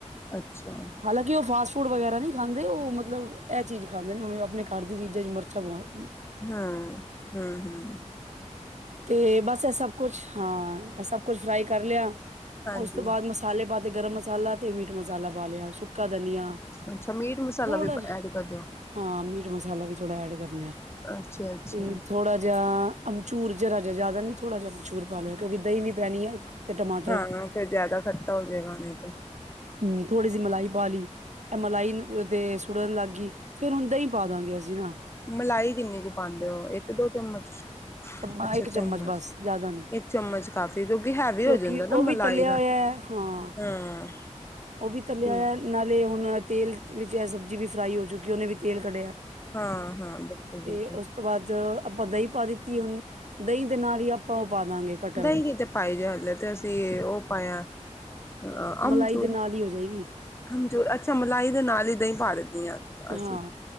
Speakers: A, on the left; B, on the right.
A: ਅੱਛਾ
B: ਹਾਲਾਂਕਿ ਉਹ ਫਾਸਟ ਫੂਡ ਵਗੈਰਾ ਨਹੀ ਖਾਦੇ ਏ ਉਹ ਮਤਲਬ ਇਹ ਚੀਜ ਖਾਦੇ ਨੇ ਨਿਉ ਐਬਨਟ ਘਰ ਦੀ ਚੀਜਾ ਚ ਮਿਰਚਾ ਪਾਉਂਦੇ
A: ਹੂ ਹੂ ਹੂ
B: ਤੇ ਏ ਬਸ ਇਹ ਸਭ ਕੁਛ ਹਾਂ ਇਹ ਸਭ ਕੁਛ ਫਰਾਈ ਕਰ ਲਿਆ
A: ਹਾਂਜੀ।
B: ਇਸ ਤੋ ਬਾਅਦ ਮਸਾਲੇ ਦਾ ਤੇ ਗਰਮ ਮਸਾਲਾ ਤੇ ਮੀਟ ਮਸਾਲਾ ਪਾ ਲਿਆ ਸੁੱਕਾ ਦਨੀਆ
A: ਅੱਛਾ ਮੀਟ ਮਸਾਲਾ
B: ਧਣੀਆ
A: ਵੀ
B: ਥੈੜਾ ਜਿਹਾ
A: ਐਡ ਕਰਦੇ ਹੋ
B: ਹਾਂ ਮੀਟ ਮਸਾਲਾ ਵੀ ਥੋੜ੍ਹਾ ਐਡ ਕਰ ਲਿਆ
A: ਅੱਛਾ-ਅੱਛਾ।
B: ਤੇ ਥੋੜਾ ਜਿਹਾ ਆ ਅਮਚੂਰ ਜਰਾ ਜਿਹਾ ਜਿਆਦਾ ਨਹੀ ਥੋੜਾ ਜਿਹਾ ਅਮਚੂਰ ਪਾ ਲਿਆ ਕਿਉਕ ਦਈ ਵੀ ਪੈਣੀ ਐ ਤੇ ਟਮਾ
A: ਹਾਂਓ ਫਿਰ ਜਿਆਦਾ ਖੱਟਾ ਹੋ ਜਾਏਗਾ ਨਹੀ ਤੇ
B: ਹੂੰ ਥੋੜੀ ਜਹੀ ਮਲਾਈ ਪਾ ਲਈ ਏ ਮਲਾਈ ਦੇ ਸੁੜਨ ਲੱਗ ਗਈ ਫੇਰ ਹੁਣ ਦਹੀਂ ਪਾ ਦਾਗੇ ਅਸੀ ਨਾ-
A: ਮਲਾਈ ਕਿਨੀ ਕੁ ਪਾਉਦੇ ਹੋ ਇਕ, ਦੋ ਚਮਚ-
B: ਚਮਚ
A: ਅੱਛਾ
B: ਇੱਕ
A: ਚਮਚ
B: ਬਸ ਜ਼ਿਆਦਾ ਨੀ
A: ਇੱਕ ਚਮਚ ਕਾਫ਼ੀ ਕਿਉਂਕਿ ਹੈਵੀ
B: ਕਿਉਂਕਿ
A: ਹੋ ਜਾਂਦਾ। ਫੇਰ
B: ਉਹ
A: ਓ
B: ਵੀ
A: ਮਲਾਈ
B: ਤਲਿਆ
A: ਨਾ,
B: ਹੋਇਆ ਹਾਂ
A: ਹਾਂ।
B: ਉਹ ਵੀ ਤਲਿਆ
A: ਠੀਕ।
B: ਹੋਇਆ ਨਾਲੇ ਹੁਨ ਤੇਲ ਵਿੱਚ ਏ ਸਬਜ਼ੀ ਵੀ ਫਰਾਈ ਹੋ ਜੂਗੀ ਉਹਨੇ ਵੀ ਤੇਲ ਕਢਿਆ।
A: ਹਾਂ-ਹਾਂ ਬਿਲਕੁਲ-ਬਿਲਕੁਲ
B: ਤੇ ਉਸ ਤੋਂ ਬਾਅਦ ਅ, ਆਪਾਂ ਦਹੀਂ ਪਾ ਦਿੱਤੀ ਏ ਹੁਨ, ਦਹੀਂ ਦੇ ਨਾਲ ਈ ਆਪਾਂ ਉਹ ਪਾ ਦਾਂਗੇ- ਕਟਲ
A: ਦਹੀਂ ਕਿਥੇ ਪਾਈ ਜੇ ਹਲੇ ਤੇ ਅਸੀਂ ਉ ਪਏਆ ਅ ਅੰਬਚੂ-
B: ਮਲਾਈ ਦੇ ਨਾਲ ਹੀ ਹੋ ਜਾਏਗੀ।
A: ਆਮਚੂਰ ਅੱਛਾ ਮਲਾਈ ਦੇ ਨਾਲ ਈ ਦਾਂਹੀਂ ਪਾ ਦੇਂਨੀ ਆ ਅਸੀਂ
B: ਹਾਂ